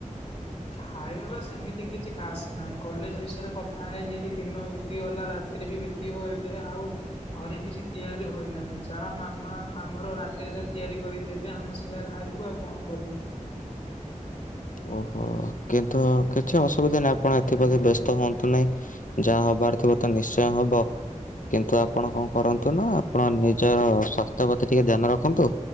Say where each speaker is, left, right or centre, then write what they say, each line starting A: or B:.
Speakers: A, on the left; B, on the left.
A: ଖାଇବା ବା ସେମିତି କିଛି ଖାସ୍ ନାହିଁ କଲେଜ ବିଷୟରେ କଥା ହେଇ ହେଇ ଦିନ ବିତିଗଲା ରାତିରେ ବି ବିତି ତିବ ଏବେ ଆଉ ଘରେ କିଛି ତିଆରି ହୋଇନାହିଁ ଯାହା ମାମା ଆମର ରାତିରେ ର ତିଆରି କରିଦେବେ ଆମେ ଯହା ଖାଇବୁ ଆଉ କଣ କରିବୁ?
B: ଓହୋ କିନ୍ତୁ କିଛି ଅସୁବିଧା ନାହିଁ ଆପଣ ଏଥିପ୍ରତି ବ୍ୟସ୍ତ ହୁଅନ୍ତୁ ନାହିଁ। ଯାହା ହବାର ଥିବ ତ ନିଶ୍ଚୟ ହବ। କିନ୍ତୁ ଆପଣ କଣ କରନ୍ତୁ ନା ଆପଣ ନିଜର ସ୍ୟାସ୍ଥ୍ୟ ପ୍ରତି ଟିକେ ଧ୍ୟାନ ରଖନ୍ତୁ।